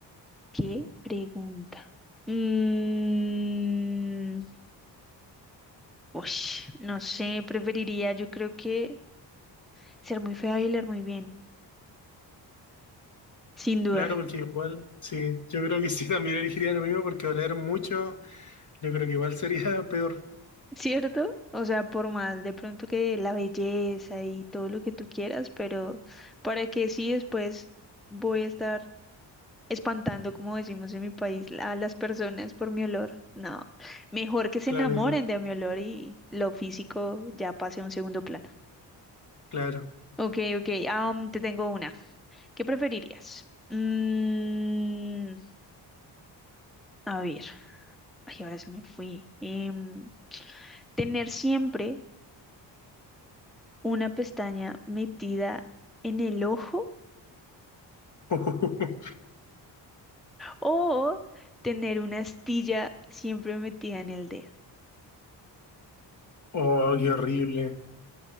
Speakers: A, in the centre; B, on the left.
A: qué pregunta. Mm, ush, no sé, preferiría yo creo que ser muy fea y leer muy bien, sin duda.
B: Claro, porque igual, sí, yo creo que sí, <laughs> también elegiría lo mismo porque oler mucho, yo creo que igual sería <laughs> peor.
A: ¿Cierto? O sea, por más de pronto que la belleza y todo lo que tú quieras, pero para que sí después voy a estar espantando, como decimos en mi país, a las personas por mi olor. No, mejor que se
B: Claro,
A: enamoren
B: claro,
A: de mi olor y lo físico ya pase a un segundo plano.
B: claro.
A: Ok, ok, ah, um, te tengo una. ¿Qué preferirías? Mm, a ver, ay, ahora se me fui. Em, tener siempre una pestaña metida en el ojo
B: <laughs>
A: O tener una astilla siempre metida en el dedo.
B: Oh, qué horrible.